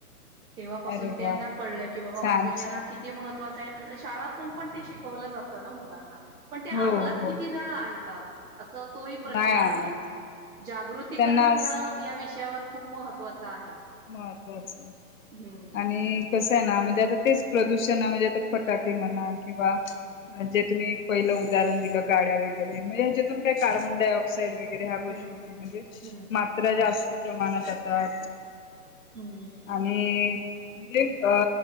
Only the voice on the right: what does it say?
तेव्हापासून
त्यांना
कळलं की बाबा
ऑक्सिजन
हा किती महत्त्वाचाये. शाळातून पण ते शिकवलं जात ना मुलांना, पण ते
आमलात
किती जण आणतात? असं तोही प्रश्न
आहे. जागृतीकरण
होणं या विषयावर खूप महत्त्वाचं. आहे
हम्म
हम्म
हम्म
हम्म
हम्म